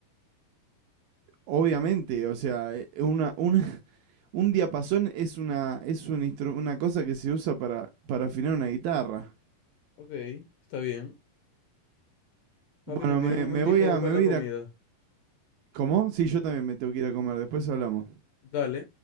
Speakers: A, on the right; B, on the left.
A: Obviamente, o sea, eh, una, una- <laughs> un diapasón es una, es un instru- una cosa que se usa para, para afinar una guitarra.
B: Ok, está bien.
A: Bueno,
B: Papi, me
A: me,
B: pido un
A: me
B: momentico
A: voy a,
B: a buscar
A: me
B: la
A: voy a
B: comida.
A: ir a... ¿Cómo? Sí, yo también me tengo que ir a comer, después hablamos.
B: Dale.